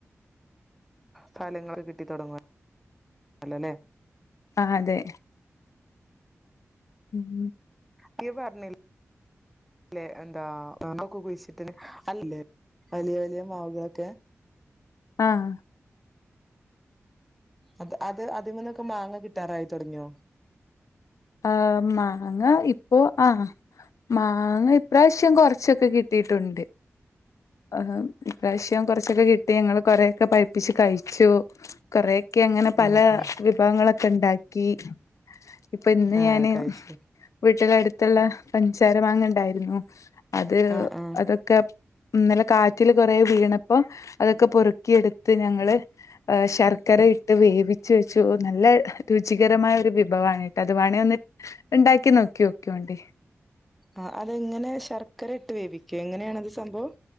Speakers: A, in the centre; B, on the left.
A: ഫലങ്ങളൊക്കെ കിട്ടി തൊടങ്ങോല്ലോ ലെ
B: ആഹ് അതെ ഉം
A: ഇയ്യ് പർണി ലെ എന്താ <unintelligible> ഒക്കെ കുഴ്ച്ചിട്ടിനി അല്ലെ വലിയ വലിയ മാവ്കൾ ഒക്കെ
B: ആഹ്
A: അത് അത് അതിമ്മെന്നൊക്കെ മാങ്ങ കിട്ടാറായി തൊട്ങ്ങിയോ
B: ആഹ് മാങ്ങ ഇപ്പോ ആഹ് മാങ്ങ ഇപ്രാവ്ശ്യം കൊറച്ചൊക്കെ കിട്ടിട്ട് ഉണ്ട് ആഹ് ഹേമ് ഇപ്രാവ്ശ്യം കൊർച്ചൊക്കെ കിട്ടി ഞങ്ങൾ കൊറെ ഒക്കെ പഴ്പ്പിച്ച് കഴിച്ചു കൊറെ ക്കെ അങ്ങനെ പല
A: ആഹ് ആഹ്
B: വിഭവങ്ങളൊക്കെ ഇണ്ടാക്കി ഇപ്പം ഇന്ന്
A: ആഹ്
B: ഞാന്
A: കഴിച്ച്
B: വീട്ട്ന് അട്ത്ത് ഇള്ളെ പഞ്ചാര മാങ്ങ ഇണ്ടായിരുന്നു അത്
A: ആഹ് ആഹ്
B: അതൊ ക്കെ ഇന്നലെ കാറ്റില് കൊറെ വീണപ്പം അതൊക്കെ പൊറുക്കി എട്ത്ത് ഞങ്ങൾ ഏഹ് ശർക്കര ഇട്ട് വേവിച്ച് വെച്ചു നല്ല രുചികരമായ ഒരു വിഭവാണ് അത് വാണെ ഒന്ന് ഇണ്ടാക്കി നോക്കിയോക്കോയോണ്ടി
A: ആഹ് അത് എങ്ങനെ ശർക്കര ഇട്ട് വേവിക്കെ എങ്ങനെയാണ് അത് സംഭവം